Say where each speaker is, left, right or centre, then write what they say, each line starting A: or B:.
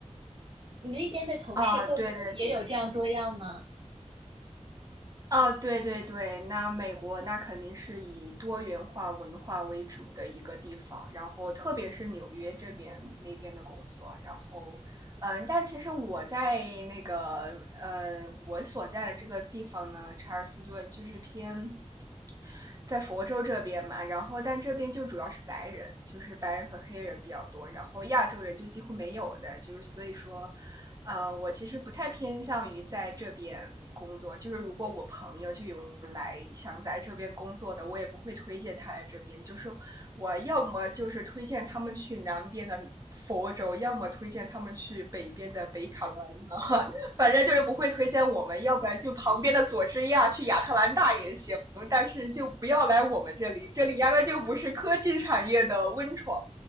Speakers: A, on the right; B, on the right.
A: 你那边的同事构成也有这样多样吗？
B: 啊，对对对，哦，对对对，那美国那肯定是以多元化文化为主的一个地方，然后特别是纽约这边那边的工作，然后，嗯，但其实我在那个呃，我所在的这个地方呢，查尔斯顿就是偏在佛州这边嘛，然后但这边就主要是白人，就是白人和黑人比较多，然后亚洲人就几乎没有的，就是所以说，啊，我其实不太偏向于在这边工作，就是如果我朋友就有来想在这边工作的，我也不会推荐他来这边。就是我要么就是推荐他们去南边的佛州，要么推荐他们去北边的北卡罗来纳，<laughs> 反正就是不会推荐我们，要不然就旁边的佐治亚去亚特兰大也行，但是就不要来我们这里，这里压根就不是科技产业的温床。